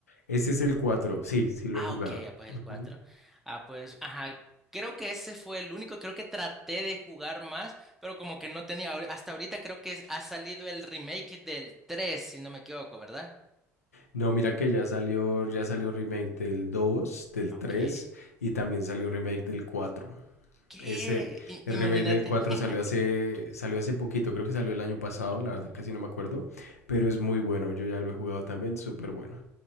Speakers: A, on the left; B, in the centre.
A: Ese es el 4. sí, sí lo
B: Ah,
A: he jugado.
B: ok, ah, pues
A: Ujú.
B: el 4. Ah, pues, ajá, creo que ese fue el único, creo que traté de jugar más, pero como que no tenía, ahor- hasta ahorita creo que es- ha salido el remake del tres, si no me equivoco, ¿verdad?
A: No, mira que ya salió, ya salió remake del 2, del
B: Ah,
A: 3
B: Ok.
A: y también salió remake del 4.
B: ¿Qué?
A: Ese,
B: I-
A: el
B: imagínate.
A: remake del 4
B: <laughs>
A: salió hace, salió hace poquito, creo que salió el año pasado, la verdad casi no me acuerdo, pero es muy bueno, yo ya lo he jugado también, súper bueno.